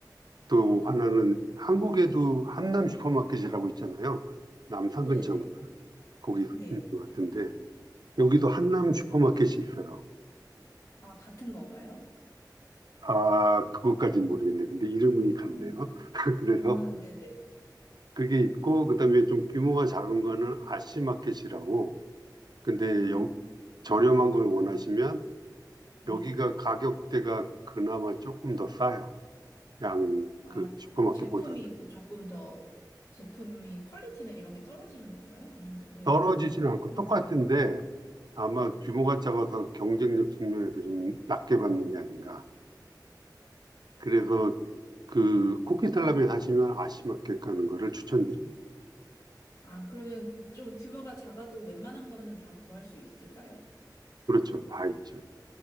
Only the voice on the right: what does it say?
또 하나는 한국에도 한남 슈퍼마켓이라고 있잖아요. 남산
근처
거기 있는
것 같은데 여기도 한남 슈퍼마켓이 있어요.
아, 그것까진 모르겠네. 근데 이름이 같네요.
<laughs> 그래서
그게 있고, 그다음에 좀 규모가 작은 거는 아시마켓이라고. 근데
여- 저렴한 걸 원하시면
여기가 가격대가 그나마 조금 더 싸요. 양
그 슈퍼마켓보다는.
떨어지지는
않고
똑같은데 아마
규모가 작아서 경쟁력 측면에서 좀 낮게 받는 게 아닌가. 그래서 그 코키텔람에 사시면 아시마켓 가는 거를 추천드립니다.
그렇죠. 다 있죠.